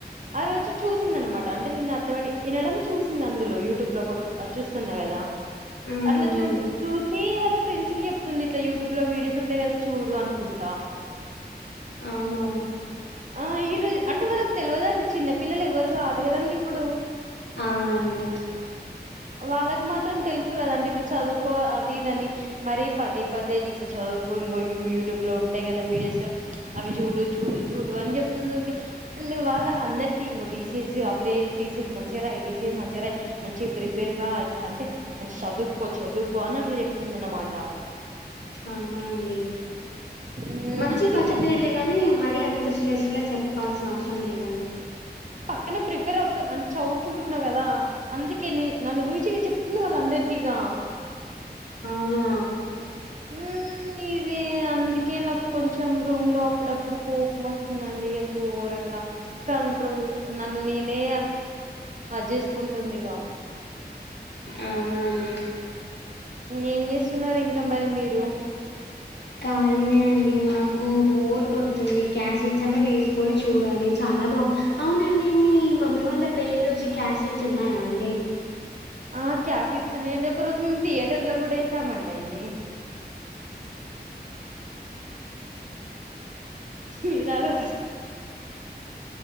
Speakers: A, on the right; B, on the left.
A: ఆ రోజు చూసింది అనమాట అంటే నేను అర్థమటిక్ ఇనడం చూసి తుంది అందులో యూట్యూబ్ లో కోట్ అది చూస్తున్నా కదా
B: ఆ!
A: అట్లా
B: అవునండి.
A: చూ చూసి వాళ్ళ ఫ్రెండ్స్ కి చెప్తుంది ఇట్లా యూట్యూబ్ లో వీడియోస్ ఉంటాయి కదా చూడు అనుకుంటా
B: అవునవును
A: ఆ ఈ రోజు అంటే వాళ్ళకి తెలవదండి చిన్న పిల్లలు ఎవ్వరు కాదు కదండి ఇప్పుడు
B: అవునండి
A: వాళ్ళకి మాత్రం తెలుసు కదా అంటే ఇట్లా చదువుకో అది ఇది అని మరి పదే పదే ఇట్లా చదువుకో ఇంకో యూట్యూబ్ లో ఉంటాయి కదా వీడియోస్ అవి చూడు చూడు చూడు అని చెప్తుంది ఓకే అండ్ వాళ్ళకి అందరికిీ ఇంకో టీసీఎస్ అప్లై టీసీఎస్ మంచిగా రాయి టీసీఎస్ రాయి మంచిగా ప్రిపేర్ పేరుగా అంటే మంచి చదువుకో చదువుకో అని అట్లా చెప్తుంది అన్నమాట
B: అవునా అండి
A: హ్మ్,
B: మంచి
A: అంటే నేను
B: పద్ధతి
A: పక్
B: లే గాని మరి అంత చే చేస్ట్లా చెప్పు చెప్పాల్సిన అవసరం లేదండి
A: ఎమ్ ప్రిపేర్ అవుతు అంటే చదువుకుంటున్నా కదా అందుకే నే నన్ను చూసి చెప్తుంది వాళ్ళ అందరికిీ ఇగ
B: నా
A: ఉ ఇది అందుకే నాకు కొంచెం రూమ్ లో అప్పుడప్పుడు కోపం వస్తుందండి ఇక ఘోరంగా కంట్రోల్ ఇ నన్ను నేనే అజె చేసుకుంటూనేగా
B: అవునానండి
A: ఏం చేస్తున్నారు ఇంకా మరి మీరు
B: కాలిన అండి మాకు బోర్ కొడుతుంది క్యాసెట్స్ అన్నా వేసుకొని చూడాలి చాలా బాగు అవునండి మీ మమ్మీ వాళ్ళ పెళ్ళి రోజు క్యాసెట్స్ ఉన్నాయా అండి
A: ఆ క్యాసి ఇట్స్ ఉన్నా అండి ఒక రోజు మేము థియేటర్లో కూడా వేసామండి అయి మీరా రోజ్